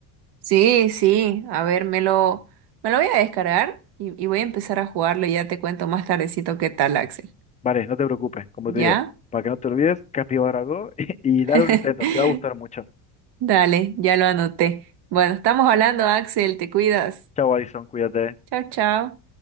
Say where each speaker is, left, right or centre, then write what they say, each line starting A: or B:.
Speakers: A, on the right; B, on the left.
A: Sí, sí, a ver, me lo, me lo voy a descargar y, y voy a empezar a jugarlo y ya te cuento más tardecito qué tal, Axel.
B: Vale, no te preocupes, como
A: ¿Ya?
B: te digo, para que no te olvides, Capibara Go <laughs> y,
A: <laughs>
B: y dale un intento, te va a gustar mucho.
A: Dale, ya lo anoté. Bueno, estamos hablando, Axel, te cuidas.
B: Chao, Alison, cuídate.
A: Chao, chao.